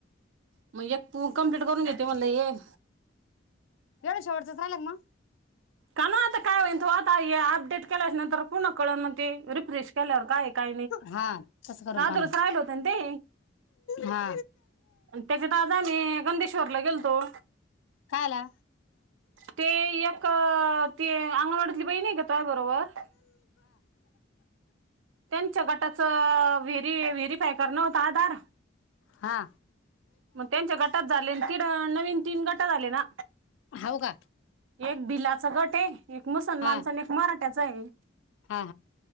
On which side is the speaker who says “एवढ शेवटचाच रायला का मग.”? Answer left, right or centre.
Left